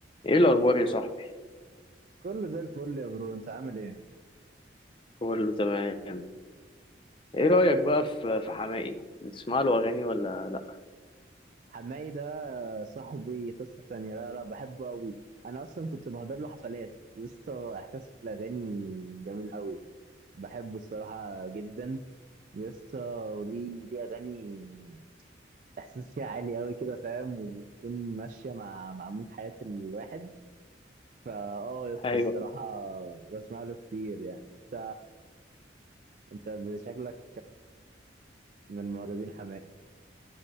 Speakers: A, on the left; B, on the right.
A: ايه الاخبار يا صاحبي
B: كله زي الفل يا برو انت عامل ايه
A: كله تمام ايه رايك بقى في في حماقي بتسمع له اغاني ولا لا
B: حماي ده صاحبي قصة تانية لا لا بحبه قوي انا اصلا كنت بحضر له حفلات يا اسطى احساسه في الاغاني جميل قوي بحبه الصراحة جدا يا اسطى وليه ليه اغاني احساس فيها عالي قوي كده فاهم وبتكون ماشية مع مع مود حياة الواحد فا اه يا اسطى
A: ايوه
B: الصراحة بسمع له كتير يعني انت انت شكلك من معجبين حماقي